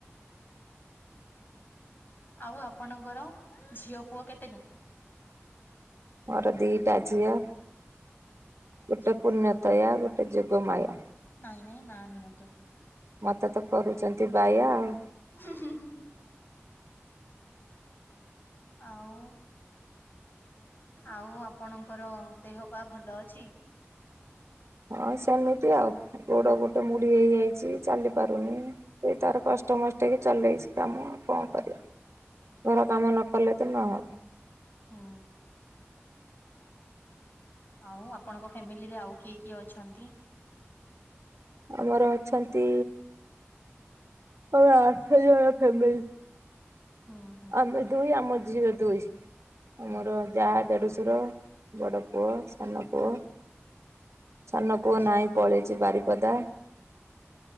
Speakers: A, on the left (about 45°); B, on the right (about 80°).
A: ଆଉ ଆପଣଙ୍କର? ଝିଅ ପୁଅ କେତେ ଯଣ।
B: ମୋର ଦିଇଟା ଝିଅ।
A: ଆଚ୍ଛା
B: ଗୋଟେ ପୂର୍ଣ୍ଣତୟା ଗୋଟେ ଟେ ଯୋଗମାୟା।
A: ନାଇଁ ନାଇଁ ନା ନିଅନ୍ତୁନି
B: ମତେ ତ କରୁଛନ୍ତି ବାୟା ଆଉ।
A: <unintelligible> ଆଉ ଆଉ ଆପଣଙ୍କର ଦେହ ପା ଭଲ ଅଛି।
B: ହଁ ସେମିତି ଆଉ ଗୋଡ଼ ଗୋଟେ ମୁଡି ହେଇଯାଇଛି ଚାଲିପାରୁନି ସେଇ ତାର କଷ୍ଟେ ମଷ୍ଟେ ଚଲେଇଛି କାମ କଣ କରିବା ଘର କାମ ନକଲେ ତ ନହେବ।
A: ହୁଁ। ଆଉ ଆପଣଙ୍କ ଫ୍ୟାମିଲିରେ ଆଉ କିଏ କିଏ ଅଛନ୍ତି।
B: ଆମର ଅଛନ୍ତି ଆମେ ଆଠ ଜଣ ଫ୍ୟାମିଲି।
A: ହୁଁ ହୁଁ
B: ଆମେ ଦୁଇ ଆମ ଝିଅ ଦୁଇ। ଆମର
A: ହୁଁ
B: ଯାହା ଦେଢଶୁ ଶୁର ବଡ଼ ପୁଅ ସାନ ପୁଅ। ସାନ
A: ଆଚ୍ଛା
B: ପୁଅ ନାହିଁ ପଳେଇଛିି ବାରି ପଦା